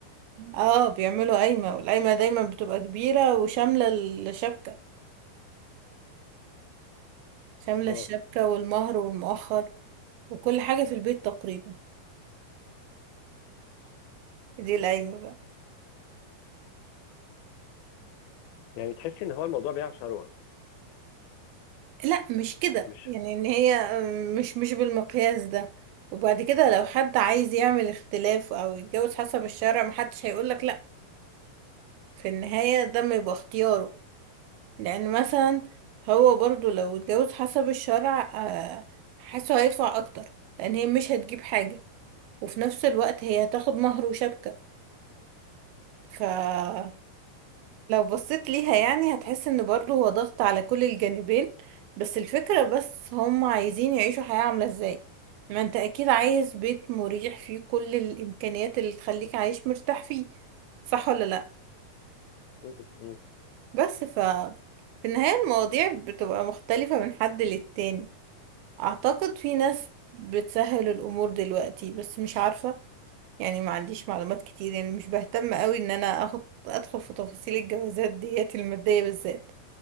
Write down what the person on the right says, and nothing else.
اه بيعملوا قايمة والقايمة دايما بتبقى كبيرة وشاملة الشبكة شاملة
الشبكة والمهر والمؤخر وكل حاجة في البيت تقريبا دي القايمة بقى
لا مش كده
يعني ان هي آه، مش مش بالمقياس ده وبعد كده لو حد عايز يعمل اختلاف او يتجوز حسب الشرع محدش هيقولك في النهاية ده ما يبقى اختياره لأن مثلا هو برضو لو اتجوز حسب الشرع آه، حاسه هيدفع أكتر لأن هي مش هتجيب حاجة وفي نفس الوقت هي هتاخد مهر وشبكة فلو بصيت ليها يعني هتحس ان برضو هو ضغط على كل الجانبين بس الفكرة بس هم عايزين يعيشوا حياة عاملة ازاي ما انت اكيد عايز بيت مريح فيه كل الامكانيات اللي تخليك عايش مرتاح فيه صح ولا لا
بس ف في النهاية المواضيع بتبقى مختلفة من حد للتاني أعتقد في ناس بتسهل الأمور دلوقتي بس مش عارفة يعني ما عنديش معلومات كتير يعني مش بهتم قوي إن أنا أخد أدخل في تفاصيل الجوازات ديت المادية بالذات